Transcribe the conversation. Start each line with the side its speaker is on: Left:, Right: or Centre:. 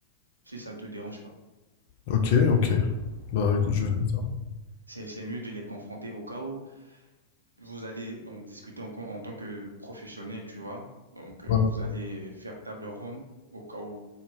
Right: si ça ne te dérange pas.
Left: Ok, ok. Bah écoute, je vais faire ça.
Right: C'est, c'est mieux de les confronter au cas où vous allez en discuter en, en tant que professionnel, tu vois. Donc, euh,
Left: Ouais.
Right: vous allez faire table ronde au cas où